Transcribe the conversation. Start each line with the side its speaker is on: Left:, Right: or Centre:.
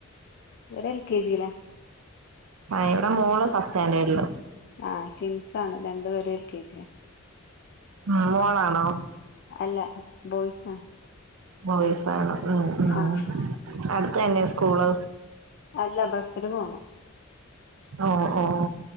Left: ഇവര് എൽ കെ ജി ലാ
Right: ആഹ് ഇവ്ടെ മോൾ ഫസ്റ്റ് സ്റ്റാൻഡേർഡിൽ
Left: ആഹ് ട്വിൻസ് ആണ് രണ്ടുപേരും എൽ കെ ജിയ
Right: ഉം മോളാണോ
Left: അല്ല ബോയ്സ് ആണ്
Right: ബോയ്സ് ആണോ ഉം ഉം
Left: ആഹ്
Right: അടുത്ത് തന്നെ സ്കൂള്
Left: അല്ല ബസില് പോണം
Right: ഉം ഉം